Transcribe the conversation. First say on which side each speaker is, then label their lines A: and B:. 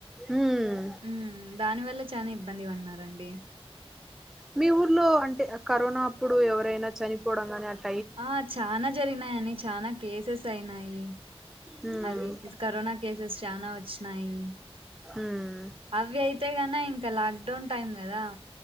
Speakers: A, in the centre; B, on the right.
A: మ్మ్
B: మ్ దాని వల్లా చనా ఇబ్బంది పన్నార అండి
A: మీ ఊర్లో అంటే కరోనా అప్పుడు ఎవరైనా చనిపోవడం గాని అట్
B: ఆ చానా జరిగినాయీ అని చానా కేసెస్ అయినాయి
A: మ్మ్
B: అవి కరోనా కేసెస్ చానా వచ్చినాయి
A: మ్మ్
B: అవే అయితే కన ఇంకా లాక్డౌన్ టైం కదా